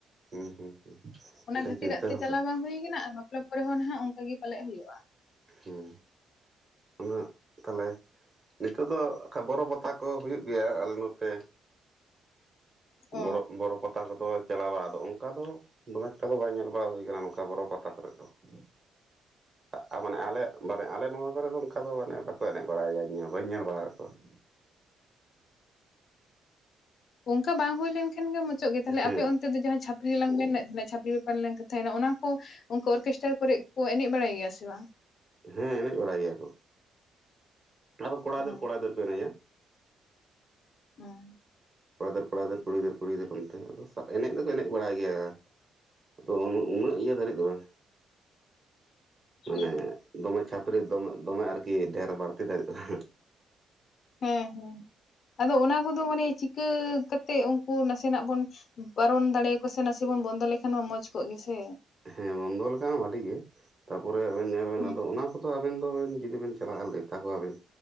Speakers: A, on the right (about 30°); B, on the left (about 60°).
A: ᱦᱩᱸ ᱦᱩᱸ, ᱩᱸ ᱦᱩᱸ,
B: ᱚᱱᱟ
A: ᱥᱮ
B: ᱠᱷᱟᱹᱛᱤᱨᱟᱜ
A: ᱪᱤᱱᱛᱟᱹ
B: ᱛᱮ
A: ᱵᱷᱟᱵᱱᱟ
B: ᱪᱟᱞᱟᱣ ᱵᱟᱝ ᱦᱩᱭ ᱠᱟᱱᱟ ᱟᱨ ᱵᱟᱯᱞᱟ ᱯᱚᱨᱮ ᱦᱚᱸ ᱱᱷᱟᱸᱜ ᱚᱸᱠᱟ ᱜᱮ ᱯᱟᱞᱮᱜ ᱦᱩᱭᱩᱜᱼᱟ?
A: ᱦᱩᱸ ᱚᱱᱟᱜ ᱛᱟᱦᱮᱞᱮ ᱱᱤᱛᱳᱜ ᱫᱚ ᱚᱸᱠᱟ ᱵᱚᱨᱚ ᱯᱟᱛᱟ ᱠᱚ ᱦᱩᱭᱩᱜ ᱜᱮᱭᱟ ᱟᱞᱮ ᱱᱚᱛᱮ
B: ᱚ
A: ᱵᱚᱨᱚᱵ ᱵᱚᱨᱚ ᱯᱟᱛᱟ ᱠᱚᱫᱚᱭ ᱪᱟᱞᱟᱣ ᱵᱟᱲᱟ ᱫᱚ ᱚᱱᱠᱟ ᱫᱚ ᱫᱚᱢᱮ ᱮᱠᱴᱟ ᱫᱚ ᱵᱟᱭ ᱧᱮᱞ ᱵᱟᱲᱟ ᱦᱩᱭ ᱠᱟᱱᱟ, ᱱᱚᱝᱠᱟ ᱵᱳᱨᱳ ᱯᱟᱛᱟ ᱠᱚᱨᱮ ᱫᱚ ᱾ <unintelligible> ᱟᱜ, ᱟ ᱢᱟᱱᱮ ᱟᱞᱮ ᱢᱟᱱᱮ ᱟᱞᱮ ᱱᱚᱣᱟ ᱠᱚᱨᱮ ᱫᱚ ᱚᱸᱠᱟ ᱫᱚ ᱢᱟᱱᱮ ᱵᱟᱠᱚ ᱮᱱᱮᱡ ᱵᱟᱲᱟᱭ ᱜᱮᱭᱟ, ᱤᱧᱚ ᱵᱟᱹᱧ ᱧᱮᱞ ᱵᱟᱲᱟ ᱟᱠᱟᱫ ᱠᱚᱣᱟ ᱾
B: ᱚᱸᱠᱟ ᱵᱟᱝ ᱦᱩᱭ ᱞᱮᱱᱠᱷᱟᱱ ᱜᱮ ᱢᱩᱪᱳᱜ ᱜᱮ ᱛᱟᱦᱮᱞᱮ
A: ᱦᱮᱸ
B: ᱟᱯᱮ ᱚᱱ- ᱱᱚᱛᱮ ᱫᱚ ᱡᱟᱦᱟᱸ ᱪᱷᱟᱹᱯᱨᱤ ᱞᱟᱝ ᱢᱮᱱᱮᱫ, ᱚᱱᱟ ᱪᱷᱟᱹᱯᱨᱤ ᱵᱮᱯᱟᱨ ᱞᱟᱝ ᱠᱟᱛᱷᱟ ᱭᱮᱱᱟ ᱚᱱᱟ ᱠᱚ ᱚᱸᱠᱩ ᱚᱨᱠᱮᱥᱴᱟᱨ ᱠᱚᱨᱮᱜ ᱠᱚ ᱮᱱᱮᱡ ᱵᱟᱲᱟᱭ ᱜᱮᱭᱟ ᱥᱮ ᱵᱟᱝ?
A: ᱦᱮᱸ ᱮᱱᱮᱡ ᱵᱟᱲᱟᱭ ᱜᱮᱭᱟ ᱠᱚ ᱾ ᱟᱫᱚ ᱠᱚᱲᱟ ᱤᱫᱟᱹᱨ,
B: ᱚ
A: ᱠᱚᱲᱟ ᱤᱫᱟᱹᱨ ᱠᱚ ᱮᱱᱮᱡᱼᱟ᱾
B: ᱦᱮᱸ,
A: ᱠᱚᱲᱟ ᱫᱟᱹᱨᱼᱠᱚᱲᱟ ᱫᱟᱹᱨ, ᱠᱩᱲᱤ ᱫᱟᱹᱨ ᱠᱩᱲᱤ ᱫᱟᱹᱨ ᱚᱱᱛᱮ ᱟᱫᱚ ᱥᱟᱜ ᱮᱱᱮᱡ ᱫᱚᱠᱚ ᱮᱱᱮᱡ ᱵᱟᱲᱟᱭ ᱜᱮᱭᱟ᱾ ᱟᱫᱚ ᱩᱱ ᱩᱱᱟᱹᱜ ᱤᱭᱟᱹ ᱫᱷᱟᱹᱨᱤᱡ ᱫᱚ ᱵᱟᱝ ᱾ ᱢᱟᱱᱮ
B: ᱚ
A: ᱫᱚᱢᱮ ᱪᱷᱟᱯᱨᱤ ᱫᱚᱢᱮ ᱫᱚᱢᱮ ᱟᱨᱠᱤ ᱰᱷᱮᱨ ᱵᱟᱹᱲᱛᱤ ᱫᱟᱨᱤᱡ ᱫᱚ <unintelligible>
B: ᱦᱮᱸ ᱦᱮᱸ, ᱟᱫᱚ ᱚᱱᱟ ᱠᱚᱫᱚ ᱢᱟᱱᱮ ᱪᱤᱠᱟᱹ ᱠᱟᱛᱮᱜ ᱩᱸᱠᱩ ᱱᱟᱥᱮᱱᱟᱜ ᱵᱚᱱ ᱵᱟᱨᱚᱱ ᱫᱟᱲᱮᱭᱟᱠᱚ ᱥᱮ, ᱱᱟᱥᱮ ᱵᱚᱱ ᱵᱚᱱᱫᱚ ᱞᱮᱠᱷᱟᱱ ᱢᱟ ᱢᱚᱸᱡᱽ ᱠᱚᱜ ᱜᱮᱥᱮ᱾
A: ᱦᱮᱸ ᱵᱚᱱᱫᱚ ᱞᱮᱠᱷᱟᱱ ᱢᱟ ᱟᱹᱰᱤ ᱜᱮ, ᱛᱟᱯᱚᱨᱮᱜ ᱟᱹᱵᱤᱱ ᱧᱮᱞ ᱵᱤᱱ
B: ᱦᱩᱸ
A: ᱟᱫᱚ ᱚᱱᱟ ᱠᱚᱫ ᱫᱚ ᱟᱵᱮᱱ ᱫᱚ ᱵᱤᱱ ᱡᱩᱫᱤ ᱵᱤᱱ ᱪᱟᱞᱟᱜ ᱞᱟᱹᱭ ᱛᱟᱠᱚ ᱣᱟᱹᱵᱤᱱ